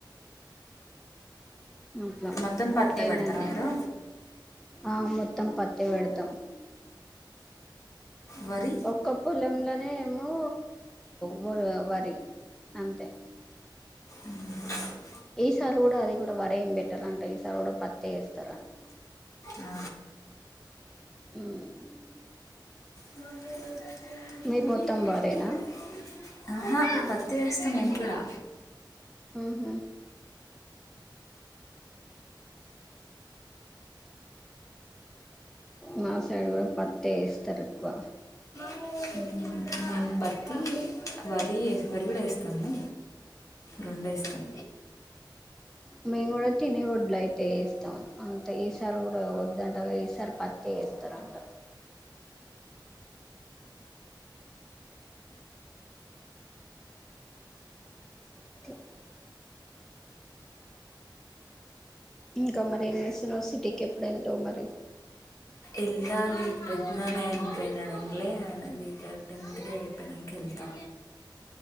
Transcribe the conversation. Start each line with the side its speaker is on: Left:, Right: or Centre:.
Centre: ఇంట్ల
Left: మొత్తం పత్తే
Centre: ఏందంటే
Left: పెడతారా మీరు
Centre: ఆ మొత్తం పత్తే పెడతం
Left: వరి
Centre: ఒక్క పొలంలోనే ఏమో వో వరి అంతే
Left: మ్మ్ హ్
Centre: ఈసారి గుడ అది గుడ వరే ఏం పెట్టరంట ఈసారి కూడా పత్తే వేస్తారంట
Left: ఆ,
Centre: మ్మ్
Left: మళ్ళీగూడ
Centre: మీరు మొత్తం వరేనా
Left: ఆహా తెరుస్తాయి నన్ గుడా
Centre: ఉహు మాసైడు గుడ పత్తే ఏస్ తరుక్కువ
Left: మేం మేము పత్తి వరీ వరి కూడా వేస్తాము రెండు వేస్తాం
Centre: మేము కూడా తినే ఒడ్లు అయితే వేస్తాం అంతే ఈసారి కూడా వద్దంటవ ఈసారి పత్తి వస్తారంట అట్ల ఇంకా మరి ఏం చేస్తున్నావ్ సిటీకెప్పుడెల్తవు మరి
Left: వెళ్లాలి పెద్దనాన్న చనిపోయినాడనలే ఆయనది ఇగ టెన్త్ డే అయిపోయినాక వెళ్తా